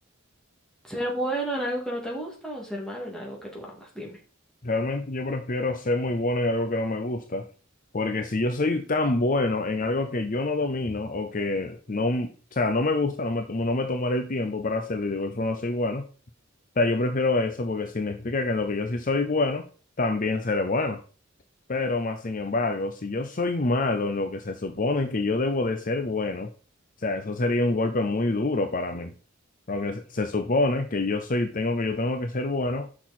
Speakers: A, in the centre; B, on the left (about 40°).
A: ¿Ser bueno en algo que no te gusta o ser malo en algo que tú amas? Dime.
B: Realmente yo prefiero ser muy bueno en algo que no me gusta, porque si yo soy tan bueno en algo que yo no domino o que no, o sea, no me gusta, no me, tomo- no me tomaré el tiempo para hacerlo y de igual forma soy bueno, o sea, yo prefiero eso porque significa que en lo que yo sí soy bueno, también seré bueno. Pero más sin embargo, si yo soy malo en lo que se supone que yo debo de ser bueno, o sea, eso sería un golpe muy duro para mí. Porque se se supone que yo soy, tengo que yo tengo que ser bueno